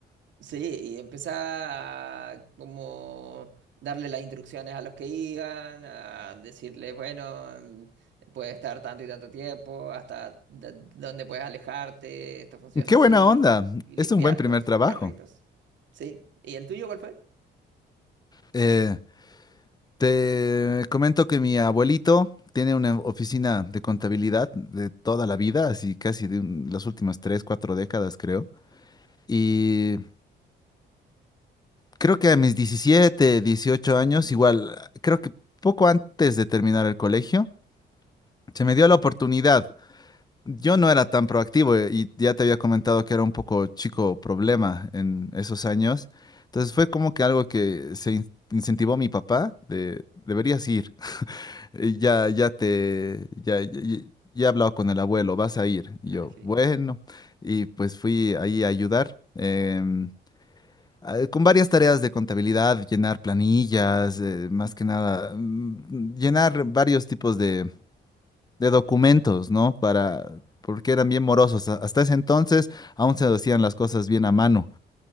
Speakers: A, on the right (about 70°); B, on the left (about 20°).
A: Sí, y empezaba a como darle las instrucciones a los que iban, a decirles, bueno, mm, puedes estar tanto y tanto tiempo, hasta d- dónde puedes alejarte, esto funciona
B: Qué
A: así,
B: buena onda.
A: y
B: Es
A: limpiar
B: un buen primer
A: los
B: trabajo.
A: carritos. Sí, ¿y el tuyo cuál fue?
B: Eh, te comento que mi abuelito tiene una oficina de contabilidad de toda la vida, así casi de un- las últimas tres, cuatro décadas, creo. Y creo que a mis 17, 18 años, igual, creo que poco antes de terminar el colegio, se me dio la oportunidad. Yo no era tan proactivo eh, y ya te había comentado que era un poco chico problema en esos años. Entonces fue como que algo que se in- incentivó mi papá de deberías ir. Eh, Ya, ya te, ya, ya, ya- ya he hablado con el abuelo, vas a ir. Y
A: <laughs>
B: yo, bueno, y pues fui ahí a ayudar. em, eh, con varias tareas de contabilidad, llenar planillas, eh, más que nada, mm, llenar varios tipos de, de documentos, ¿no? Para, porque eran bien morosos. A- Hasta ese entonces aún se hacían las cosas bien a mano.